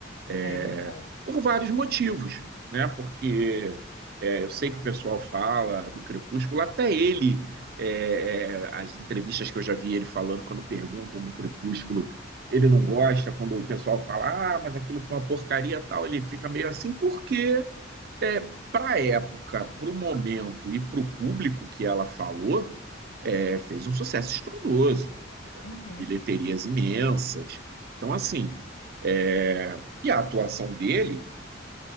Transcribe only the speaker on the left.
É verdade.
Uhum,